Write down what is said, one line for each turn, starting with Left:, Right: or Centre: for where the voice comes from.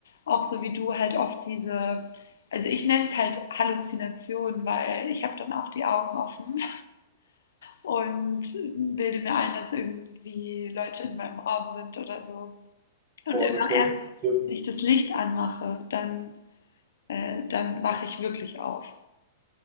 Left: auch so wie du halt oft diese, also ich nenne es halt Halluzinationen, weil ich habe dann auch die Augen offen und bilde mir ein, dass irgendwie Leute in meinem Raum sind oder so. Und
Right: boah,
Left: immer
Right: das war
Left: erst,
Right: richtig schlimm.
Left: wenn ich das Licht anmache, dann, äh, dann wache ich wirklich auf.